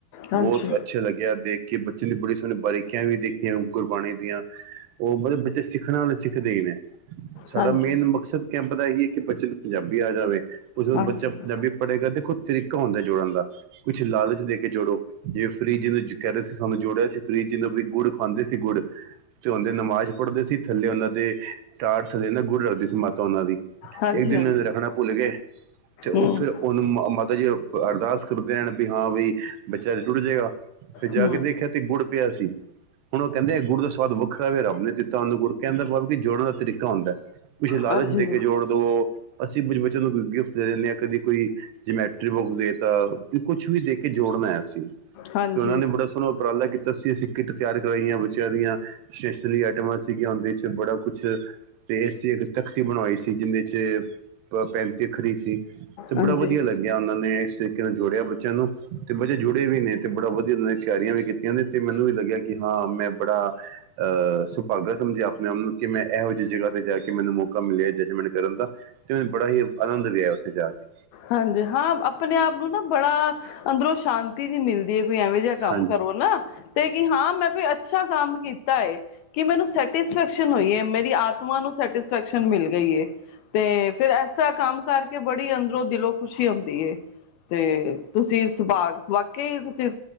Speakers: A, on the left; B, on the right.
A: ਹਾਂਜੀ
B: ਬਹੁਤ ਅੱਛਾ ਲੱਗਿਆ ਦੇਖ ਕੇ ਬੱਚ ਜਿਹਨੇ ਬੜੀ ਸਾਰੀ ਬਾਰੀਕੀਆਂ, ਵੀ ਦੇਖੀਆਂ ਓ ਗੁਰਬਾਣੀ, ਦੀਆਂ ਉਹ ਬੱਚੇ ਸਿੱਖਣਾ ਵੀ ਸਿੱਖਦੇ ਹੀ ਨੇ। ਸਾਡਾ
A: ਹਾਂਜੀ
B: ਮੇਨ ਮਕਸਦ ਕਿ ਪਤਾ ਹੀ, ਕਿ ਬੱਚੇ ਨੂੰ ਪੰਜਾਬੀ ਆ ਜਾਵੇ। ਉਦੋ
A: ਹਾਂਜੀ
B: ਬੱਚਾ ਪੰਜਾਬੀ, ਪੜ੍ਹੇਗਾ ਤੇ ਖੁਦ ਤਰੀਕਾ, ਹੁੰਦਾ ਜੋੜਨ ਦਾ। ਕੁਛ ਲਾਲਚ ਦੇ ਕੇ ਜੋੜੋ ਜਿਵੇਂ ਫਰੀ ਜ ਨੂੰ ਕਹਿ ਰਹੇ ਸੀ ਸਾਨੂੰ ਜੋੜਿਆ ਸੀ ਫਰੀ ਜਿਨੂੰ ਵੀ ਗੁੜ ਖਾਂਦੇ ਸੀ ਗੁੜ ਤੇ ਉਹਦੇ ਨਮਾਜ਼ ਪੜ੍ਹਦੇ ਸੀ ਥੱਲੇ ਉਹਨਾਂ ਦੇ ਟਾਤ ਥੱਲੇ ਨਾ ਗੁੜ ਰੱਖਦੀ ਸੀ ਮਾਤਾ ਉਹਨਾਂ ਦੀ।
A: ਹਾਂਜੀ
B: ਇੱਕ ਦਿਨ
A: ਹਾਂਜੀ
B: ਰੱਖਣਾ ਭੁੱਲ ਗਏ ਤੇ ਉਹ
A: ਹਮ
B: ਫਿਰ ਉਹਨੂੰ ਮਾਤਾ ਜੀ ਅਰਦਾਸ ਦੇਣ ਵੀ ਹਾਂ ਬਈ ਜਗ ਰੁੜ ਜਾਏਗਾ ਫਿਰ ਜਾ
A: ਹਮ
B: ਕੇ ਦੇਖਿਆ ਤੇ ਗੁੜ ਪਿਆ ਸੀ ਹੁਣ ਉਹ ਕਹਿੰਦੇ ਗੁੜ ਦਾ ਸਵਾਦ ਵ ਵੱਖਰਾ ਵੀ ਰਬ ਨੀ ਦਿੱਤਾ ਉਹਨੂੰ ਗਡ ਕਹਿੰਦਾ ਬ ਕਿ ਜੋੜਨ ਦਾ ਤਰੀਕਾ ਹੁੰਦਾ ਹੈ। ਕੁਛ ਲਾਲਚ
A: ਹਾਂਜੀ
B: ਦੇ ਕੇ ਜੋੜ ਦਵੋ ਅਸੀਂ ਕੁ ਬੱਚਿਆਂ ਨੂੰ ਗਿਫਟ ਦੇ ਦਿੰਦੇ ਹਾਂ। ਕਦੀ ਕੋਈ ਜਮੈਟਰੀ ਬੁੱਕਸ ਦੇ ਤਾਂ ਕੁਛ ਵੀ ਦੇ ਕੇ ਜੋੜਨ ਅਸੀ,
A: ਹਾਂਜੀ
B: ਤੇ ਉਹਨਾਂ ਨੇ ਬੜਾ ਸੋਹਣਾ ਉਪਰਾਲਾ ਕੀਤਾ ਸੀ ਅਸੀਂ ਕਿੱਟ ਤਿਆਰ ਕਰਾਈਆਂ ਬੱਚਿਆਂ ਦੀਆਂ ਸਟੇਸ਼ਨਰੀ ਆਈਟਮਾਂ ਸੀਗੀਆਂ ਉਹਦੇ ਚ। ਅਤੇ ਬੜਾ ਕੁਛ ਤੇ ਇਸ ਇੱਕ ਤਖ਼ਤੀ ਬਣਵਾਈ ਸੀ ਜਿਹਦੇ ਚ ਪੈਂਤੀ ਅੱਖਰੀ ਸੀ ਤੇ
A: ਹਾਂਜੀ
B: ਬੜਾ ਵਧੀਆ ਲੱਗਿਆ ਉਹਨਾਂ ਨੇ ਇਸ ਤਰੀਕੇ ਨਾਲ ਜੋੜਿਆ ਬੱਚਿਆਂ ਨੂੰ ਤੇ ਬੱਚੇ ਜੁੜੇ ਵੀ ਨੇ ਤੇ ਬੜਾ ਵਧੀਆ ਤਿਆਰੀਆਂ ਵੀ ਕੀਤੀਆਂ ਨੇ ਤੇ ਮੈਨੂੰ ਵੀ ਲੱਗਿਆ ਕਿ ਹਾਂ ਮੈਂ ਬੜਾ ਅਹ ਸੁਭਾਗਾ ਸਮਝਿਆ ਆਪਣੇ ਆਪ ਨੂੰ, ਕਿ ਮੈਂ ਇਹੋ ਜਿਹੀ ਜਗ੍ਹਾ ਤੇ ਜਾ ਕੇ ਮੈਨੂੰ ਮੌਕਾ ਮਿਲਿਆ ਜੱਜਮੈਂਟ ਕਰਨ ਦਾ ਤੇ ਮਨ ਬੜਾ ਹੀ ਆਨੰਦ ਲਿਆ ਉੱਥੇ ਜਾ ਕੇ।
A: ਹਾਂਜੀ ਹਾਂ, ਆਪਣੇ ਆਪ ਨੂੰ ਨਾ ਬੜਾ ਅੰਦਰੋਂ ਸ਼ਾਂਤੀ ਜਿਹੀ ਮਿਲਦੀ ਹੈ। ਐਵੇਂ ਜਿਹਾ ਕੰਮ
B: ਹਾਂਜੀ
A: ਕਰੋ ਨਾ ਤੇ ਕਿ ਹਾਂ ਮੈਂ ਕੋਈ ਅੱਛਾ ਕੰਮ ਕੀਤਾ ਹੈ, ਕਿ ਮੈਨੂੰ ਸੈਟਿਸਫੈਕਸ਼ਨ ਹੋਈ ਹੈ ਮੇਰੀ ਆਪ ਨੂੰ ਸੈਟਿਸਫੈਕਸ਼ਨ ਮਿਲ ਗਈ ਹੈ। ਤੇ ਫੇਰ ਇਸ ਤਰ੍ਹਾਂ ਕੰਮ ਕਰਕੇ ਬੜੀ ਅੰਦਰ ਖੁਸ਼ੀ ਹੁੰਦੀ ਹੈ ਤੇ ਤੁਸੀਂ ਸੁਭਾਗ ਵਾਕਈ ਤੁਸੀਂ